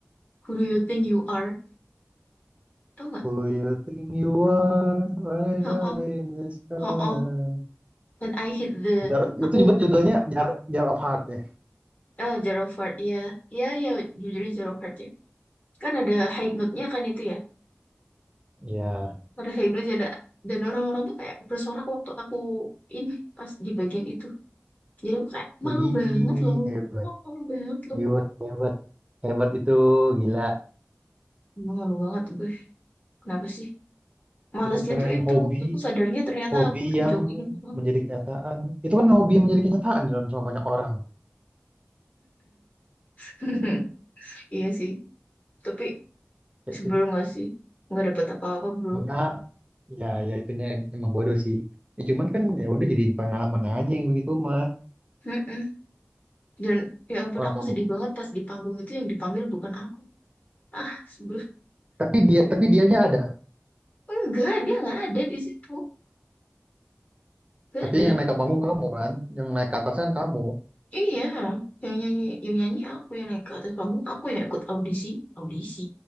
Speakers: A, on the left; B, on the right.
A: Who do you think you are? Tahu nggak?
B: Who you think you are when
A: Oh,
B: I
A: oh,
B: in the sky?
A: oh. When I hit the
B: Jar,
A: aku
B: itu juga judulnya Jar, Jar of Heart ya.
A: Oh, Zero Heart, iya. Iya, iya, jujur Zero Heart ya. kan ada high note-nya kan itu ya
B: Ya,
A: ada high note ada dan orang-orang tuh kayak bersorak waktu aku ini pas di bagian itu jadi aku kayak
B: wih,
A: malu banget loh
B: hebat,
A: oh malu banget loh
B: hebat, hebat, hebat itu gila.
A: Emang malu banget gue kenapa sih malesnya
B: Itu keren
A: tuh itu
B: hobi,
A: aku sadarnya ternyata
B: hobi
A: aku dijogingin
B: yang
A: orang.
B: menjadi kenyataan. Itu kan hobi yang menjadi kenyataan di dalam sama banyak orang.
A: <laughs> iya sih tapi
B: Kayak
A: sebelum
B: gitu.
A: nggak sih nggak dapet apa-apa bro
B: Enggak, ya, ya itunya em- emang bodoh sih. Ya, cuman kan ya udah jadiin pengalaman aja yang begitu mah
A: Mm-mm. dan ya ampun
B: orang
A: aku
B: kamu.
A: sedih banget pas di panggung itu yang dipanggil bukan aku ah sebelum
B: Tapi dia, tapi dianya ada.
A: <laughs> enggak dia nggak ada di situ nggak
B: Tapi
A: ada
B: yang naik ke panggung kamu kan, yang naik ke atas kan kamu.
A: Iya, yang nyanyi yang nyanyi aku yang naik ke atas panggung aku yang ikut audisi audisi